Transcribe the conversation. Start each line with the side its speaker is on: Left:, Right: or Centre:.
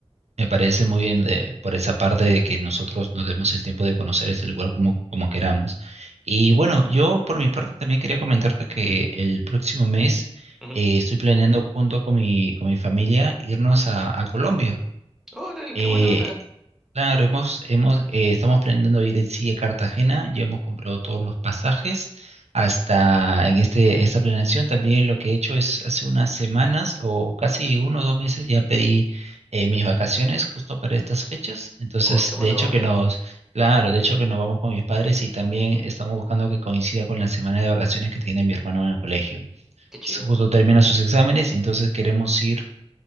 Right: me parece muy bien de- por esa parte de que nosotros nos demos el tiempo de conocer este lugar como, como queramos. Y bueno, yo por mi parte también quería comentarte que el próximo mes
Centre: Ujú.
Right: eh, estoy planeando junto con mi, con mi familia irnos a, a Colombia.
Centre: Órale,
Right: Eh,
Centre: qué buena onda.
Right: Claro, hemos, hemos, eh, estamos planeando ir en sí a Cartagena, ya hemos comprado todos los pasajes. Hasta en este, esta planeación también lo que he hecho es hace unas semanas o casi uno o dos meses ya pedí eh, mis vacaciones justo para estas fechas. Entonces,
Centre: Oh, qué buena
Right: de hecho
Centre: onda.
Right: que nos, claro, de hecho que nos vamos con mis padres y también estamos buscando que coincida con la semana de vacaciones que tiene mi hermano en el colegio.
Centre: Qué chido.
Right: Justo termina sus exámenes, entonces queremos ir